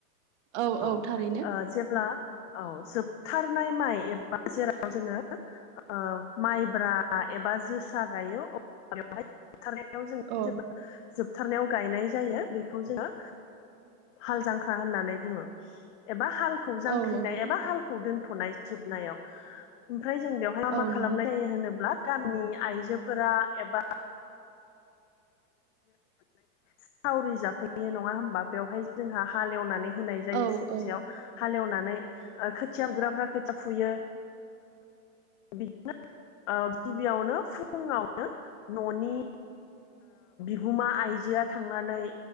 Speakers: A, on the right; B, on the left.
A: औ
B: औ
A: थारैनो
B: जेब्ला औ जोबथारनाय माइ एबा जेराव जोङो माइब्रा एबा जोसा गायो अब्ला बेवहाय बुथारनायाव जों
A: औ
B: जेब्ला जोबथारनायाव गायनाय जायो बेखौ जोङो हाल जांख्रा होननानै बुङो एबा हालखौ जांख्रिनाय
A: औ नंगौ
B: एबा हालखौ दोनथ'नाय जोबनायाव ओमफ्राय जों बेवहाय मा
A: औ
B: मा खालामनाय
A: नंगौ
B: जायो होनोब्ला गामिनि आइजोफोरा एबा सावरि जाफैयो नङा होमबा बेवहाय जोंहा हालेवनानै होनाय जायो
A: औ
B: सानसेयाव
A: औ
B: हालेवनानै खोथिया गुग्राफ्रा खोथिया फुयो बिदिनो गिबियावनो फुङावनो न'नि गुमा आइजोआ थांनानै